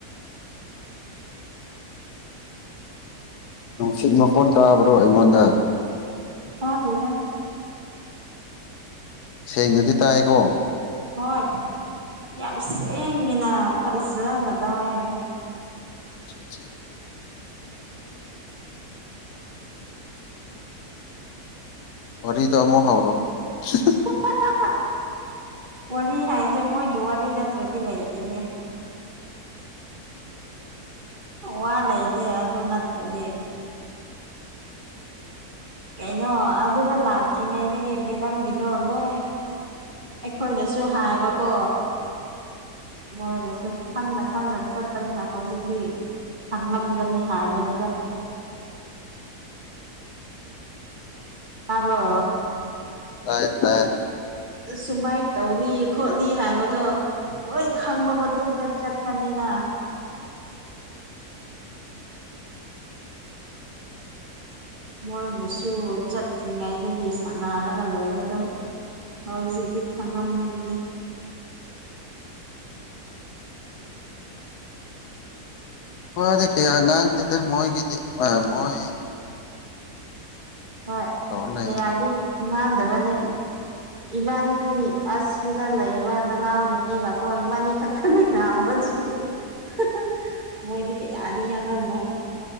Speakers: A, on the left; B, on the right.
A: ꯅꯨꯡꯁꯤꯠ ꯃꯈꫭꯟ ꯇꯥꯕ꯭ꯔꯣ ꯑꯩꯉꯣꯟꯗ꯫
B: ꯇꯥꯗꯦꯗ꯫
A: ꯁꯦꯡꯅꯗꯤ ꯇꯥꯏꯀꯣ꯫
B: ꯍꯣꯏ ꯌꯥꯝ ꯁꯦꯡꯉꯦꯅ ꯐꯖꯅ ꯇꯥꯏꯌꯦ꯫
A: <inaudible> ꯋꯥꯔꯤꯗꫭ ꯑꯃꯨꯛ ꯍꯧꯔꯣ꯫ <unintelligible>
B: <unintelligible> ꯋꯥꯔꯤ ꯍꯥꯏꯁꯦ ꯃꯣꯏꯒꯤ ꯋꯥꯔꯤ ꯅꯠꯇ꯭ꯔꯗꯤ ꯂꯩꯇꯦꯅꯦ꯫ ꯋꯥ ꯂꯩꯇꯦ ꯑꯗꯨ ꯅꯠꯇ꯭ꯔꯗꯤ꯫ ꯀꯩꯅꯣ ꯑꯗꯨꯗ ꯂꯥꯛꯇ꯭ꯔꯤꯉꯩꯗꯒꯤ ꯃꯦꯗꯥꯝꯒꯤꯗꯣ ꯅꯣꯏ ꯑꯩꯈꯣꯏꯗꯁꯨ ꯍꯥꯏꯕꯀꯣ꯫ ꯃꯣꯏꯗꯁꯨ ꯈꯪꯅ-ꯈꯪꯅ ꯆꯠꯄꯅꯤꯅ ꯍꯧꯖꯤꯛꯇꯤ ꯈꯪꯂꯝꯒꯅꯤ ꯍꯥꯏꯕꯅꯤꯗ꯫ ꯇꯥꯕ꯭ꯔꯣ꯫
A: ꯇꯥꯏ ꯇꯥꯏ꯫
B: ꯁꯨꯃꯥꯏ ꯇꯧꯂꯤ ꯈꯣꯠꯂꯤ ꯍꯥꯏꯕꯗꯣ ꯂꯣꯏ ꯈꯪꯕ ꯃꯇꯨꯡꯗ ꯆꯠꯄꯅꯤꯅ ꯃꯣꯏꯕꯨꯁꯨ ꯆꯠꯇ꯭ꯔꯤꯉꯩꯗꯒꯤ ꯁꯥꯟꯅꯔꯒ ꯂꯩꯕꯗꯣ ꯍꯧꯖꯤꯛꯗꯤ ꯈꯪꯔꯝꯒꯅꯤꯅꯦ꯫
A: ꯋꯥꯗꯤ ꯀꯌꯥ ꯉꯥꯡꯗꯦꯗ ꯃꯣꯏꯒꯤꯗꯤ ꯑ ꯃꯣꯏ
B: ꯍꯣꯏ
A: ꯇꯧꯔ ꯂꯩ
B: ꯀꯥꯌꯥꯗꯤ ꯉꯥꯡꯗꯕꯅꯦ꯫ ꯏꯕꯥꯅꯤ ꯑꯁꯁꯤꯗ ꯂꯩꯌꯦꯕ ꯅꯅꯥꯎ ꯅꯨꯄꯤꯒꯀꯣ ꯏꯕꯥꯅꯤ ꯈꯛ ꯈꯛꯅꯥ ꯉꯥꯡꯕꯁꯤꯗꯤ ꯃꯣꯏꯗꯤ <unintelligible> ꯃꯣꯏꯗꯤ ꯀꯌꯥꯗꯤ ꯉꯥꯡꯔꯝꯃꯣꯏ꯫